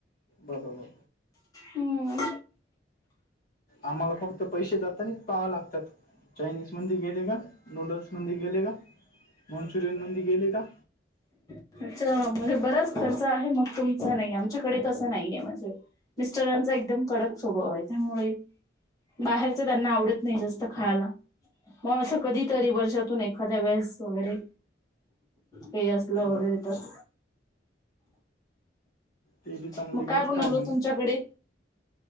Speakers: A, on the left (about 50°); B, on the left (about 20°).
A: बबाबा
B: हम्म
A: आम्हाला फक्त पैसे जाता आणिच पाहाव लागतात चायनीज मंदी गेले का नूडल्स मंदी गेले का मंचुरियन मंदी गेले का
B: अच् म्हणजे बराच खर्च आहे मग तुमचा नाही आमच्याकडे तसं नाही आहे म्हणझे मिस्टरांचा एकदम कडक स्वभाव आहे त्यामुळे बाहेरच त्यांना आवडत नाही जास्त खायला मग असं कधीतरी वर्षातून एखाद्या वेळेस वगैरे हे असत लं
A: बरं
B: वगैरे तस
A: ते बी चांगली
B: मग
A: गोष्ट
B: काय बनवल
A: आहे म्हणा
B: तुमच्याकडे